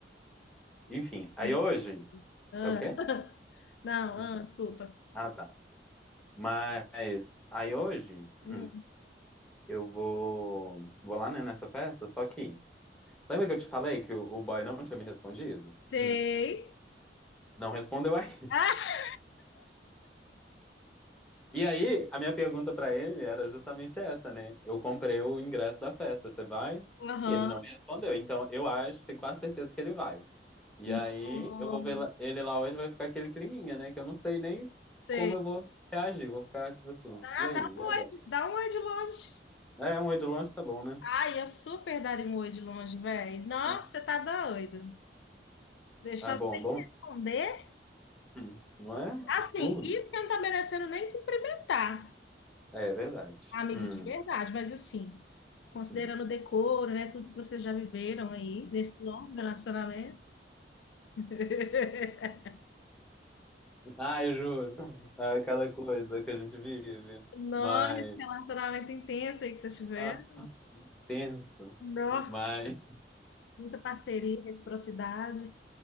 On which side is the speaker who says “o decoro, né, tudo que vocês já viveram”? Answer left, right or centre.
Left